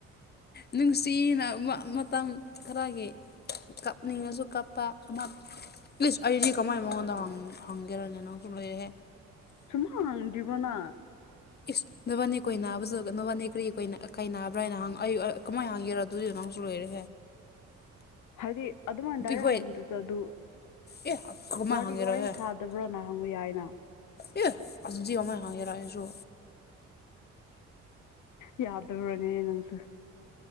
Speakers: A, on the left; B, on the left.
A: ꯅꯨꯡꯁꯤꯅ ꯃꯇꯝ ꯈꯔꯒꯤ ꯀꯞꯅꯤꯡꯉꯁꯨ ꯀꯞꯄ ꯑꯃ ꯄ꯭ꯂꯤꯁ ꯑꯩꯁꯤ ꯀꯃꯥꯏꯅ ꯃꯉꯣꯟꯗ ꯍꯪꯒꯦꯔꯅꯦ ꯅꯪꯁꯨ ꯂꯣꯏꯔꯦꯑꯦ
B: ꯆꯨꯃ ꯍꯪꯗꯕꯅ
A: ꯏꯁ ꯅꯕꯥꯅꯤ ꯀꯣꯏ ꯅꯥꯕꯁꯨ ꯅꯕꯥꯅꯤ ꯀꯔꯤ ꯀꯣꯏ ꯀꯥꯏ ꯅꯥꯕ꯭ꯔꯥ ꯍꯥꯏꯅ ꯍꯪꯉ ꯑꯩ ꯀꯃꯥꯏꯅ ꯍꯪꯉꯦꯔꯣ ꯑꯗꯨꯖ ꯅꯣꯡ ꯁꯂꯣꯏꯔꯦ
B: <inaudible> ꯍꯥꯏꯗꯤ ꯑꯗꯨꯃꯥꯏꯅ ꯗꯥꯏꯔꯦꯛ
A: ꯍꯣꯏ
B: ꯍꯪꯗ꯭ꯔꯁꯨ ꯑꯗꯨ
A: ꯑꯦ ꯀꯃꯥꯏ
B: ꯋꯥꯔꯤ
A: ꯍꯪꯒꯦꯔꯑꯦ
B: ꯋꯥꯔꯤ ꯁꯥ ꯐꯠꯇꯕ꯭ꯔꯣ ꯅꯍꯪꯕ ꯌꯥꯏꯅ
A: ꯑꯦ ꯑꯖꯤ ꯑꯣ ꯑꯃꯥꯏ ꯍꯥꯡꯉꯦꯔꯁꯨ
B: ꯌꯥꯗꯔꯨꯔꯅꯦ ꯅꯪꯁꯨ